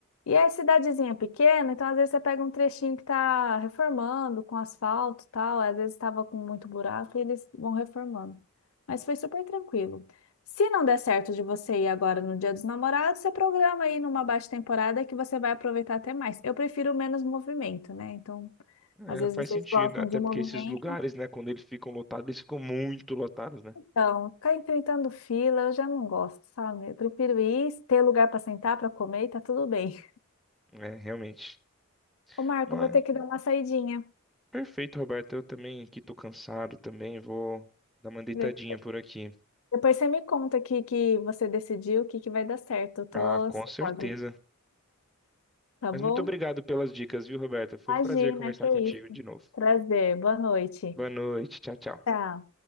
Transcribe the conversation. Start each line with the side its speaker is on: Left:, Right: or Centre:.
Left: E é cidadezinha pequena, então às vezes você pega um trechinho que tá reformando com asfalto e tal, às vezes estava com muito buraco e eles vão reformando. Mas foi super tranquilo. Se não der certo de você ir agora no Dia dos Namorados, você programa aí numa baixa temporada que você vai aproveitar até mais. Eu prefiro menos movimento, né? Então,
Centre: É,
Left: às vezes
Centre: faz
Left: vocês
Centre: sentido,
Left: gostam
Centre: né? até
Left: de movimento.
Centre: porque esses lugares, né, quando eles ficam lotados, eles ficam muito lotados, né?
Left: Então, ficar enfrentando fila, eu já não gosto, sabe? Eu prefiro ir, ter lugar para sentar, para comer, e tá tudo bem.
Centre: É, realmente.
Left: Ô, Marco,
Centre: Mas,
Left: eu vou ter que dar uma saidinha.
Centre: perfeito, Roberto. Eu também aqui tô cansado também, vou dar uma deitadinha
Left: De-
Centre: por aqui.
Left: Depois você me conta aqui que você decidiu, o que que vai dar certo. Eu tô
Centre: Ah,
Left: ansiosa,
Centre: com certeza.
Left: tá
Centre: Mas
Left: bom?
Centre: muito obrigado pelas dicas, viu, Roberto? Foi
Left: Imagina,
Centre: um prazer conversar
Left: que é
Centre: contigo
Left: isso.
Centre: de novo.
Left: Prazer, boa noite.
Centre: Boa noite, tchau, tchau.
Left: Tchau.